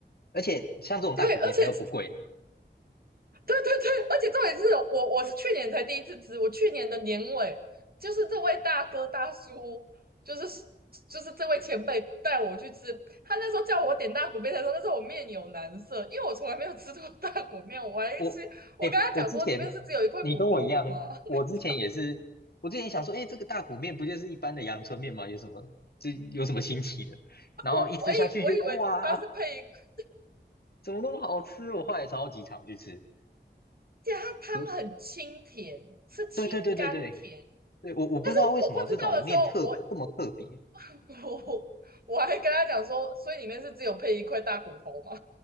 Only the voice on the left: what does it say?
而且像这种大骨面，
它又不贵。
我哎，我之前你跟我一样，我之前也是，
我之前想说，哎，这个大骨面不就是一般的阳春面吗？有什么这有什么新奇的？然后一吃下去，
觉得哇。
怎么那么好吃？我后来超级常去吃。
嗯
对对对对对，对我我不知道为什么这种面特这么特别。